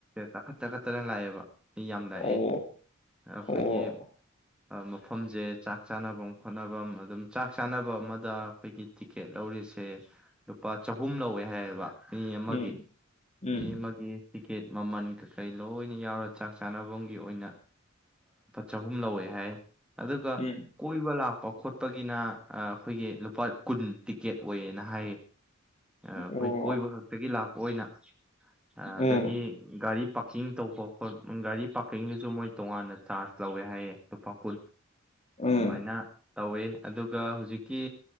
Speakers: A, in the centre; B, on the left (about 30°).
A: ꯆꯥꯈꯠ ꯆꯥꯈꯠꯇꯅ ꯂꯥꯛꯑꯦꯕ ꯁꯤ ꯌꯥꯝ ꯂꯥꯛꯑꯦ
B: ꯑꯣ
A: ꯑꯩꯈꯣꯏꯒꯤ
B: ꯑꯣ
A: ꯃꯐꯝꯁꯦ ꯆꯥꯛ ꯆꯥꯅꯐꯝ ꯈꯣꯠꯅꯐꯝ ꯑꯗꯨꯝ ꯆꯥꯛ ꯆꯥꯅꯕ ꯑꯃꯗ ꯑꯩꯈꯣꯏꯒꯤ ꯇꯤꯛꯀꯦꯠ ꯂꯧꯔꯤꯁꯦ ꯂꯨꯄꯥ ꯆꯍꯨꯝ ꯂꯧꯋꯦ ꯍꯥꯏꯌꯦꯕ ꯃꯤ ꯑꯃꯒꯤ
B: ꯎꯝ ꯎꯝ
A: ꯃꯤ ꯑꯃꯒꯤ ꯇꯤꯀꯦꯠ ꯃꯃꯜ ꯀꯩꯀꯩ ꯂꯣꯏꯅ ꯌꯥꯎꯔ ꯆꯥꯛ ꯆꯥꯅꯕꯒꯤ ꯑꯣꯏꯅ ꯆꯍꯨꯝ ꯂꯧꯋꯦ ꯍꯥꯏ ꯑꯗꯨꯒ
B: ꯎꯝ
A: ꯀꯣꯏꯕ ꯂꯥꯛꯄ ꯄꯥꯎꯈꯣꯠꯄꯒꯤꯅ ꯑꯩꯈꯣꯏꯒꯤ ꯂꯨꯄꯥ ꯀꯨꯟ ꯇꯤꯛꯀꯦꯠ ꯑꯣꯏꯌꯦꯅ ꯍꯥꯏꯌꯦ ꯑ ꯑꯩꯈꯣꯏ
B: ꯑꯣ
A: ꯀꯣꯏꯕ ꯈꯛꯇꯒꯤ ꯂꯥꯛ ꯑꯣꯏꯅ ꯑ
B: ꯎꯝ
A: ꯑꯗꯒꯤ ꯒꯥꯔꯤ ꯄꯥ ꯄꯥꯔꯀꯤꯡ ꯇꯧꯕ <unintelligible> ꯒꯥꯔꯤ ꯄꯥꯔꯀꯤꯡꯗꯨꯁꯨ ꯃꯣꯏ ꯇꯣꯉꯥꯟꯅ ꯆꯥꯔꯖ ꯂꯧꯋꯦ ꯍꯥꯏꯌꯦꯦ ꯂꯨꯄꯥ ꯀꯨꯟ
B: ꯎꯝ
A: ꯑꯗꯨꯃꯥꯏꯅ ꯇꯧꯋꯦ ꯑꯗꯨꯒ ꯍꯧꯖꯤꯛꯀꯤ